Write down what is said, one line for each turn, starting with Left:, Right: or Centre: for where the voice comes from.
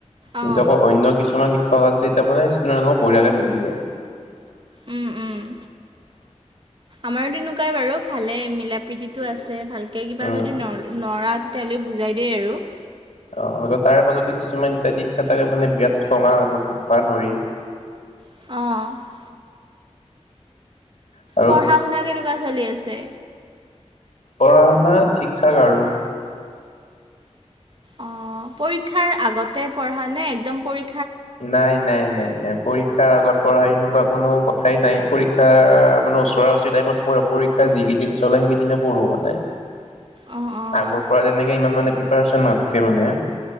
Left: কিন্তু
Right: অঁ
Left: আকৌ অন্য কিছুমান শিক্ষক আছে এতিয়া মানে আ, বঢ়িয়াকে মিলি যায়। <inaudible>
Right: উম উম আমাৰো তেনেকুৱাই বাৰু ভালে মিলা প্ৰীতিতটো আছে ভাল। কে কিবা
Left: উম,
Right: যদি ন নৰা তেতিয়াহ'লেও বুজাই দেই আৰু।
Left: অ, তাৰ মাজতো কিছুমান এয়া তাকে মানে বিৰাট খঙাল আকৌ সুধবা নৰি?
Right: অ',
Left: উম,
Right: পঢ়া শুনা কেনেকুৱা চলি আছে?
Left: পঢ়া শুনা ঠিক ঠাক আৰু।
Right: অ, পৰীক্ষাৰ আগতে পঢ় নে? একদম পৰ
Left: নাই-নাই-নাই-নাই। পৰীক্ষাৰ আগত পঢ়া এনেকুৱা কোনো কথাই নাই, পৰীক্ষা মানে ওচৰা ওচৰি টাইমত পৰীক্ষা যিকেইদিন চলে সেইিকেইদিনে পঢ়ো মানে।
Right: অঁ অঁ
Left: আগৰ পৰা যেনেকে ইমান মানে প্ৰিপাৰেচন নাতখে মানে